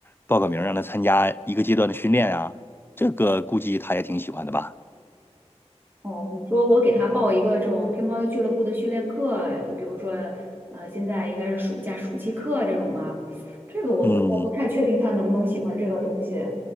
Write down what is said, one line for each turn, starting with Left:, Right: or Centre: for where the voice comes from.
Left: 报个名让他参加一个阶段的训练啊，这个估计他也挺喜欢的吧？
Right: 哦，你说我给他报一个这种乒乓球俱乐部的训练课，比如说，呃，现在应该是暑假暑期课这种吗？这个我我不太确定他能不能喜欢这个东西。
Left: 嗯。